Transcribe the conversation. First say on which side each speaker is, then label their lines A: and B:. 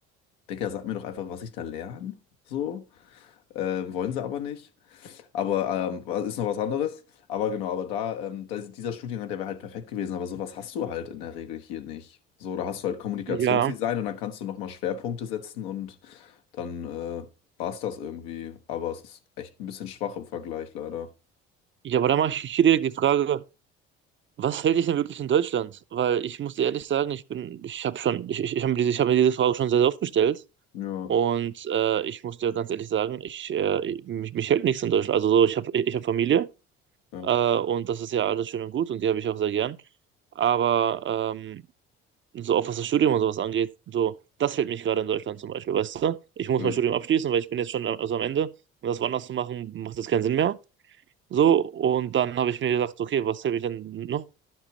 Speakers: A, on the left; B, on the right.
A: Digga, sag mir doch einfach, was ich da lerne. So, äh, wollen sie aber nicht. Aber ähm, was- ist noch was anderes. Aber genau, aber da, ähm, da ist- dieser Studiengang, der wäre halt perfekt gewesen, aber sowas hast du halt in der Regel hier nicht. So, da hast du halt Kommunikationsdesign
B: Ja.
A: und dann kannst du nochmal Schwerpunkte setzen und dann äh, war es das irgendwie. Aber es ist echt ein bisschen schwach im Vergleich, leider.
B: Ja, aber da mache ich hier direkt die Frage, Was hält dich denn wirklich in Deutschland? Weil ich muss dir ehrlich sagen, ich bin, ich habe schon, ich, ich, ich habe diese, ich hab mir diese Frage schon sehr, sehr oft gestellt.
A: Ja,
B: Und äh, ich muss dir ganz ehrlich sagen, ich, äh, mich, mich hält nichts in Deutschland. Also so, ich habe, ich habe Familie
A: ja.
B: äh, und das ist ja alles schön und gut und die habe ich auch sehr gern. Aber ähm, so auch was das Studium und sowas angeht, so, das hält mich gerade in Deutschland zum Beispiel, weißt du? Ich muss
A: Äh,
B: mein Studium abschließen, weil ich bin jetzt schon am- also am Ende und das woanders zu machen, macht jetzt keinen Sinn mehr. So, und dann habe ich mir gedacht, okay, was hält mich denn noch?